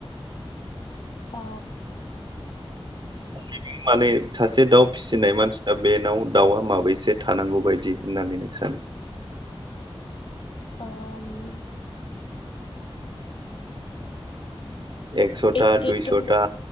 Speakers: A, on the left; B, on the right.
A: औ
B: <unintelligible> माने सासे दाउ फिसिनाय मानसिनाव बेनाव दाउआ माबैसे थानांगौ बदि होननानै नों सानो?
A: <unintelligible>
B: एकस'ता
A: ओइटि
B: दुइस'ता
A: टु